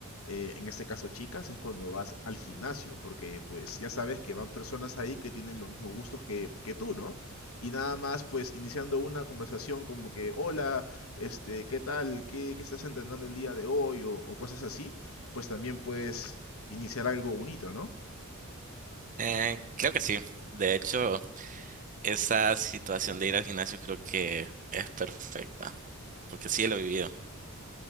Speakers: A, on the left; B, on the right.
A: eh, en este caso chicas, es cuando vas al gimnasio, porque pues ya sabes que van personas ahí que tienen los mismos gustos que, que tú, ¿no? Y nada más pues iniciando una conversación como que, hola, este, ¿qué tal? ¿Qué, qué estás entrenando el día de hoy? O, o cosas así, pues también puedes iniciar algo bonito, ¿no?
B: Eh, creo que sí. De hecho, esa situación de ir al gimnasio creo que es perfecta, porque sí lo he vivido.